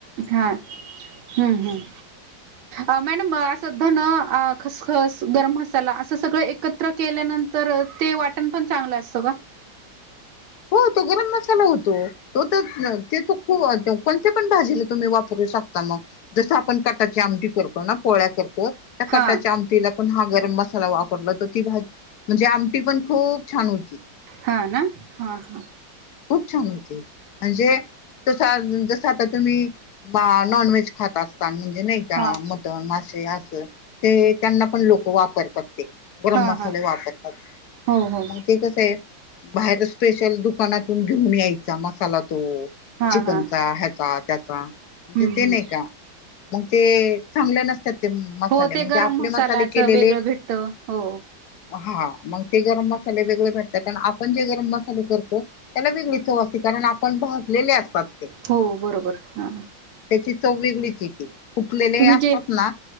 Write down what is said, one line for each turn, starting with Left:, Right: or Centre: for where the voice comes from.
Right: हा, हम्म हम्म, अ मॅडम असं धनं अ खसखस, गरम मसाला असं सगळं एकत्र केल्यानंतर ते वाटण पण चांगलं असतं का? <unintelligible>
Left: हो तो गरम मसाला होतो, तो तर ते तो खु अ कोणत्या पण भाजीला तुम्ही वापरू शकता मग, जसं आपण कटाची आमटी करतो ना पोळ्या कर तो त्या
Right: हा
Left: कटाच्या आमटीला पण हा गरम मसाला वापरला तर ती भा म्हणजे आमटी पण खूप छान होती.
Right: हा ना? हा हा.
Left: खूप छान होती, म्हणजे छान जसं आता तुम्ही मा नॉन व्हेज खात असतान म्हणजे नाही का
Right: हा
Left: मटन, मासे असं ते त्यांना पण लोक वापरतात. ते गरम
Right: हा
Left: मसाले
Right: हा
Left: वापरतात,
Right: हो हो
Left: मग ते कसे बाहेरच स्पेशल दुकानातून घेऊन यायचा मसाला तो
Right: हा
Left: चिकनचा
Right: हा
Left: ह्याचा त्याचा. म्हणजे
Right: हम्म
Left: ते
Right: हम्म
Left: नाही का, मग ते चांगलं नस त्याचे मसाले
Right: हो
Left: मग
Right: गरम
Left: ते आपले
Right: मसालाचं
Left: मसाले केलेले
Right: वेगळं भेटतं हो
Left: हा मग ते गरम मसाले वेगळे भेटतात आपण जे गरम मसा <unintelligible> त्याला वेगळी चव असते कारण आपण भाजलेले असतात. ते
Right: हो बरोबर हा.
Left: त्याची चव वेगळीच येते उकलेले असतात
Right: जे
Left: ना.